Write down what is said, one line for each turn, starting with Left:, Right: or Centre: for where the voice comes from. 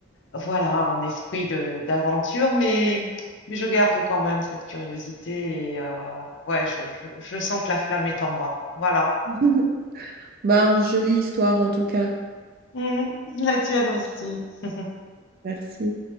Left: voilà, en esprit de- d'aventure, mais, mais je garde quand même cette curiosité. Et, euh, ouais, je, je- je sens que la flamme est en moi. Voilà.
Right: <laughs> Bah, jolie histoire en tout cas.
Left: Mm, la tienne aussi. <laughs>
Right: Merci.